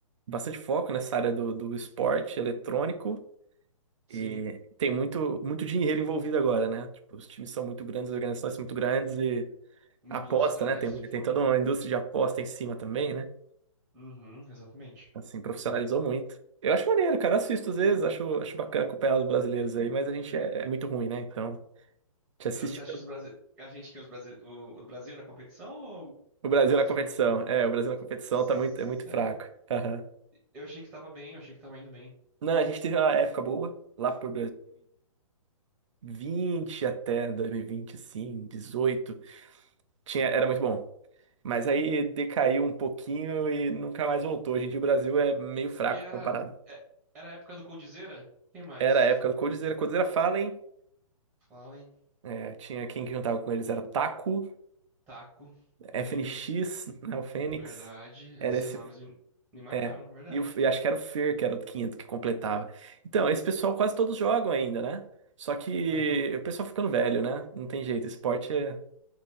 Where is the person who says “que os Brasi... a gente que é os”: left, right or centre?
Centre